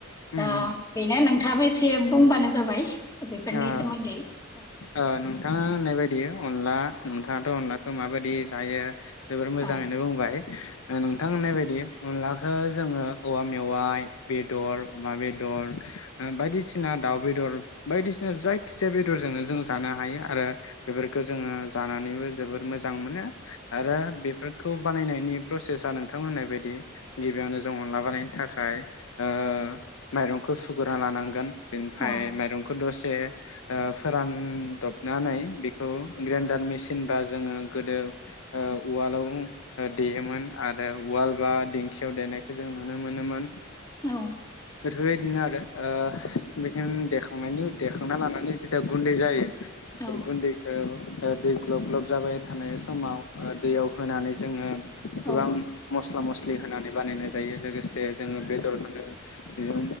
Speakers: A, on the left; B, on the left.
A: उम
B: दा
A: उम
B: बेनो नोंथ साबैसे बुंबा नो जाबाय बेफोरनि
A: ओ
B: सोमोन्दै ।
A: ओ नोंथाङा होननाय बायदि अनला नोंथाङाथ' अनलाखो माबायदि जायो जोबोर मोजाङैनो
B: औ
A: बुंबाय । नोंथां होननाय बायदि अनलाखौ जोङो औवा मेवाइ बेदर अमा बेदर ओ बायदिसिना दाउ बेदर बायदिसिना जायखि जाया बेदरजोंनो जों जानो हायो आरो बेफोरखौ जोङो जानानैबो जोबोर मोजां मोनो।
B: औ
A: आरो बेफोर खौ बानायनायनि प्रसेसा नोंथां होननाय बायदि । गिबियावनो जों अनला बानाय थाखाय ओ माइरंखौ सुगुरा लानांगोन । फाय
B: औ
A: माइरंखौ दस से ओ फोरान दबनानै बे खौ ग्रेनडार मेसिन ओनबा जोङो गोदो ओ उवालाव ओ देयोमोन आरो उवाल बा दिंखियाव देनायखौ जों नुनो मोनोमोन।
B: औ
A: बेबायदिनो आरो ओ बेखायनो देखांनायनि उ देखांना लानानै जिता गुन्दै जायो । बे
B: औ
A: गुन्दैखो ओ दै ग्लब ग्लब जाबाय थानाय समाव ओ दैयाव होनानै जोङो। गोबां
B: औ
A: मस मस्ला मस्लि होनानै बानायनाय जायो लोगोसे जोङो बेदरखौनो बेजों